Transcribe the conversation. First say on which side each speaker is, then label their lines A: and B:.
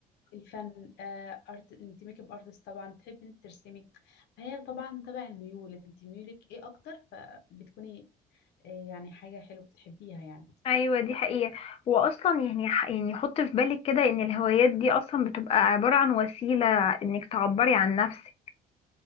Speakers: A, on the left (about 80°); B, on the left (about 35°).
A: الفن آه، ارت انت ميك اب ارتست طبعا تحبي انت ترسمي فهي طبعا تبع الميول انت ميولك ايه اكتر فبتكوني آه، يعني حاجه حلوه بتحبيها يعني
B: ايوه دي حقيقه واصلا يعني ح- يعني حط في بالك كده ان الهوايات دي اصلا بتبقى عباره عن وسيله انك تعبري عن نفسك